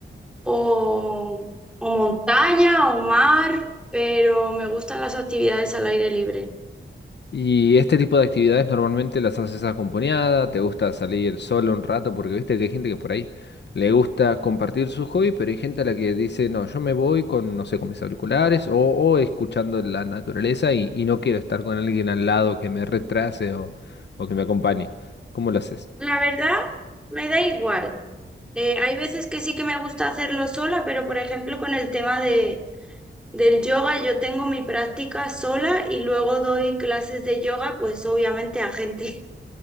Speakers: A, in the centre; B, on the left (about 60°).
A: o, o montaña o mar, pero me gustan las actividades al aire libre.
B: ¿Y este tipo de actividades normalmente las haces acompañada? ¿Te gusta salir solo un rato? Porque viste que hay gente que por ahí le gusta compartir su hobby, pero hay gente a la que dice, no, yo me voy con, no sé, con mis auriculares o, o escuchando la naturaleza y, y no quiero estar con alguien al lado que me retrase o, o que me acompañe. ¿Cómo lo haces?
A: La verdad, me da igual. Eh, hay veces que sí que me gusta hacerlo sola, pero por ejemplo con el tema de Del yoga yo tengo mi práctica sola y luego doy clases de yoga, pues obviamente a gente. <laughs>